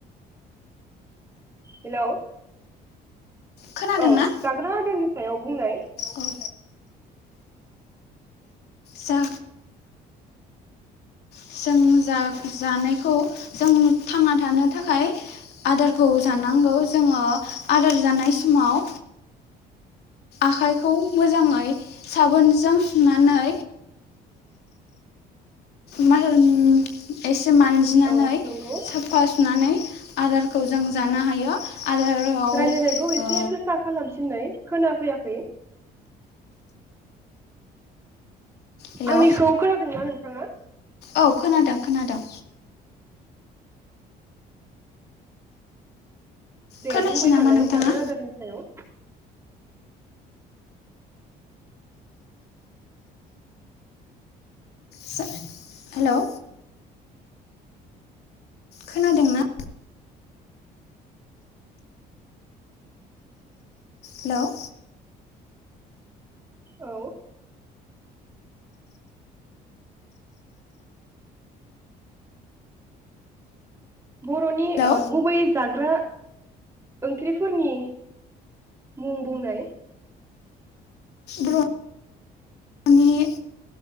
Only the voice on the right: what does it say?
हेलौ
औ जाग्रा आदारनि सायाव बुंनाय।
औ नंगौ
रायलायनायखौ एसे गोसा खालामफिननाय खोनाफैयाखै।
आंनिखौ खोनादोंना नोंथाङा?
दे
बुंबाय
थानाय
जाग्रा आदारनि सायाव।
औ बर'नि
ओ गुबै जाग्रा ओंख्रिफोरनि मुं बुंनाय